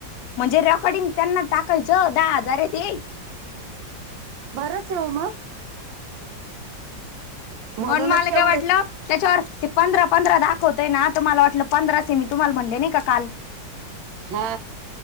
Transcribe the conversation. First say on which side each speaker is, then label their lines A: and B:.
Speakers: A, on the left; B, on the right.
A: म्हणजे रेकॉर्डिंग त्यांना टाकायचं दहा हजारिची?
B: बरंच ओ मग. म्हणूनच
A: अन् मला काय
B: एवढे
A: वाटल. त्याच्यावर ते पंधरा- पंधरा दाखवतय ना, त मला वाटलं पंधराचे मी तुम्हाला म्हणले नाही का काल?
B: हा.